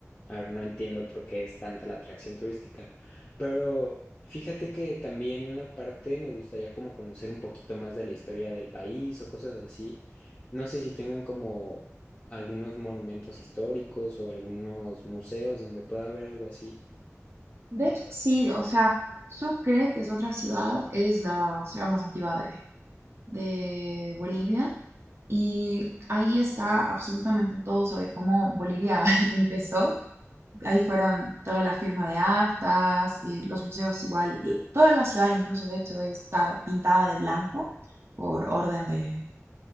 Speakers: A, on the left; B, on the right.
A: A ver, no entiendo por qué es tanta la atracción turística, pero fíjate que también aparte me gustaría como conocer un poquito más de la historia del país o cosas así. No sé si tengan como algunos monumentos históricos o algunos museos donde pueda haber algo así.
B: De hecho, sí, o sea, Sucre, que es otra ciudad, es la ciudad más antigua de, de Bolivia y ahí está absolutamente todo sobre cómo Bolivia <laughs> empezó. Ahí fueron toda la firma de actas y los museos igual. y Toda la ciudad incluso, de hecho, está pintada de blanco por orden de,